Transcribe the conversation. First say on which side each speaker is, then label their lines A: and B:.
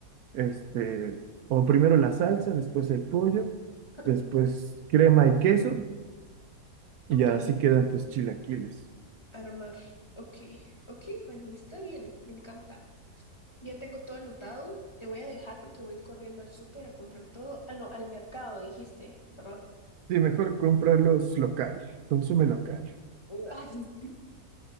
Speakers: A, on the right; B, on the left.
A: este, o primero la salsa, después el pollo,
B: <laughs>
A: después crema y queso,
B: Ok,
A: Y ya así quedan tus chilaquiles.
B: armar. Ok, ok, Juani, está bien, me encanta. Ya tengo todo anotado. Te voy a dejar porque voy a ir corriendo al súper a comprar todo. Ah, no, al mercado, dijiste, ¿verdad?
A: Sí, mejor comprarlos
B: <laughs>
A: local. Consume local.
B: Ay, estoy-